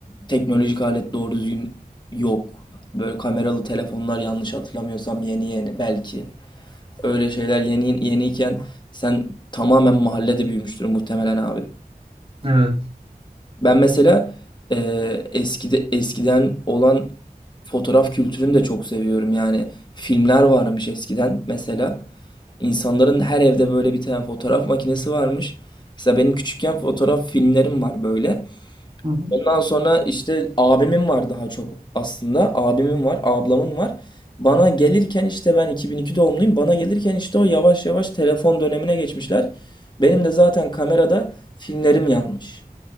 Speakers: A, on the left; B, on the right.
A: teknolojik alet doğru düzgün yok. Böyle kameralı telefonlar yanlış hatırlamıyorsam yeni yeni belki. Öyle şeyler yeni yeniyken sen tamamen mahallede büyümüştür muhtemelen abin.
B: Evet.
A: Ben mesela eee eskide eskiden olan fotoğraf kültürünü de çok seviyorum. Yani filmler varmış eskiden mesela. İnsanların her evde böyle bir tane fotoğraf makinesi varmış. Mesela benim küçükken fotoğraf filmlerim var böyle.
B: Hı hı.
A: Ondan sonra işte abimin var daha çok aslında. Abimin var, ablamın var. Bana gelirken işte ben 2002 doğumluyum. Bana gelirken işte o yavaş yavaş telefon dönemine geçmişler. Benim de zaten kamerada filmlerim yanmış.